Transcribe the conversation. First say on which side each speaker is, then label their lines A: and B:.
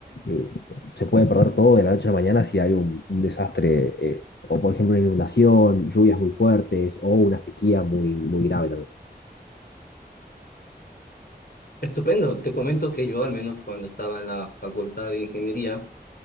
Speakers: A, on the left; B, on the left.
A: eh, se puede perder todo de la noche a la mañana si hay un, un desastre, eh, o por ejemplo una inundación, lluvias muy fuertes o una sequía muy, muy grave también.
B: Estupendo, te comento que yo al menos cuando estaba en la Facultad de Ingeniería